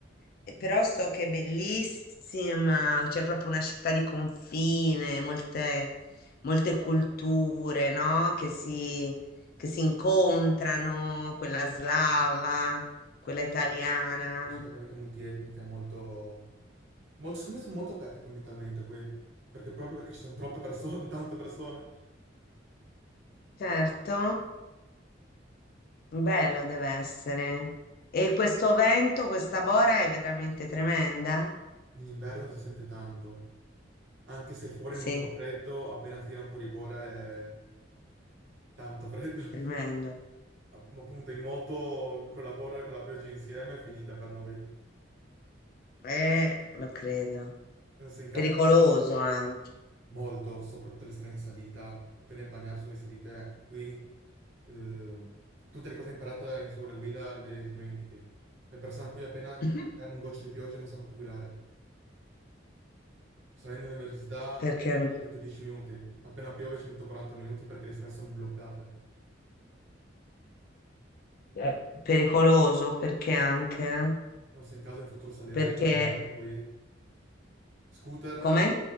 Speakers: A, on the left (about 50°); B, on the right (about 75°).
A: eh, però so che è bellissima, c'è proprio una città di confine, molte, molte culture, no? Che si, che si incontrano, quella slava, quella
B: No,
A: italiana.
B: sì, è una città veramente multietnica, molto... molto... Secondo me sono molto aperte anche mentalmente qui, perché proprio perché ci sono troppe persone, <laughs> tante persone,
A: Certo, bello deve essere. E questo vento, questa bora è veramente tremenda?
B: in inverno si sente tanto. Anche se fuori
A: Sì,
B: non fa freddo, appena tira un po' di bora è tanto freddo. <laughs>
A: tremendo.
B: App- Appunto in moto, con la bora e con la pioggia insieme è finita per noi.
A: Eh, lo credo.
B: Se in casa
A: Pericoloso anche.
B: Molto, soprattutto le strade in salita, appena è bagnato sulle salite, qui eh, tutte le cose imparate in scuola guida le dimentichi. Le persone qui appena
A: <laughs>
B: che hanno un goccio di pioggia non sanno più guidare. Salendo all'università
A: Perché
B: di solito ci metto 10 minuti, appena piove ci metto 40 minuti perché le strade sono bloccate.
A: Eh, pericoloso perché anche eh?
B: Non so, in caso in futuro salirai
A: perché
B: d'inverno qui. Scooter,
A: com'è?